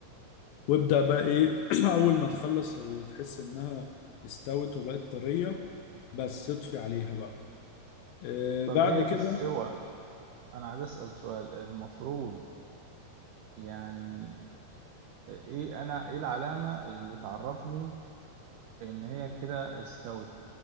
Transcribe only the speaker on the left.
وابدأ بقى إيه <clears throat> أول ما تخلص وتحس إنها استوت وبقت طرية بس اطفي عليها بقى إيه،
بعد
كده